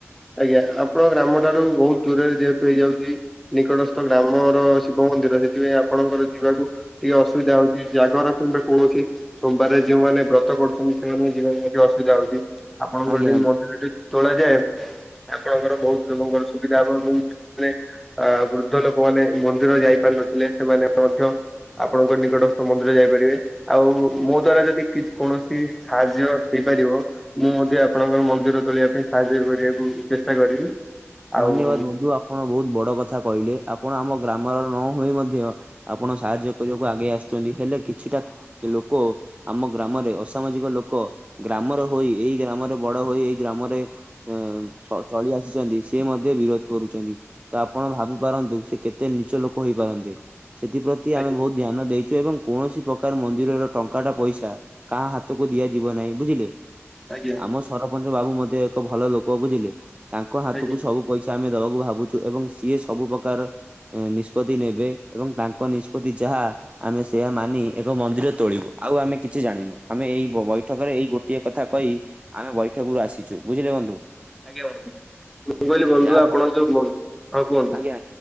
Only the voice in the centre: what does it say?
ଆଜ୍ଞା ଆପଣଙ୍କ ଗ୍ରାମ ଠାରୁ ବହୁତ ଦୂରରେ ଯେହେତୁ ହେଇଯାଉଛି ନିକଟସ୍ଥ ଗ୍ରାମର ଶିବ ମନ୍ଦିର ସେଥିପାଇଁ ଆପଣଙ୍କର ଯିବାକୁ ଟିକେ ଅସୁବିଧା ହଉଛି ଜାଗର କିମ୍ବା କୌଣସି ସୋମବାରରେ ଯୋଉମାନେ ବ୍ରତ କରୁଛନ୍ତି ସେମାନଙ୍କୁ ଯିବା ପାଇଁ ମଧ୍ୟ ଅସୁବିଧା ହଉଛି। ଆପଣଙ୍କର
ଯଦି
ମଝିରେ ଟେ ତୋଳାଯାଏ ଆପଣଙ୍କର ବହୁତ ଲୋକଙ୍କର ସୁବିଧା ହବ ଏବଂ ଅ ବୃଦ୍ଧ ଲୋକମାନେ ମନ୍ଦିର ଯାଇପାର ନଥିଲେ ସେମାନେ ମଧ୍ୟ ଆପଣଙ୍କ ନିକଟସ୍ଥ ମନ୍ଦିରରେ ଯାଇପାରିବେ। ଆଉ ମୋ ଦ୍ଵାରା ଯଦି କୌଣସି ସାହାଯ୍ୟ ହେଇପାରିବ ମୁଁ ମଧ୍ୟ ଆପଣଙ୍କର ମନ୍ଦିର ତୋଳିବା ପାଇଁ ସାହାଯ୍ୟ କରିବାକୁ ଚେଷ୍ଟା କରିବି। ଆଉ
ହୁଁ
ଆଜ୍ଞା
ଆଜ୍ଞା
ଆଜ୍ଞା
ଆଜ୍ଞା ବନ୍ତୁ ମୁଁ କହିଲି ବନ୍ଧୁ
ଆପଣ
ଯୋଉ ହଉ କୁହନ୍ତୁ।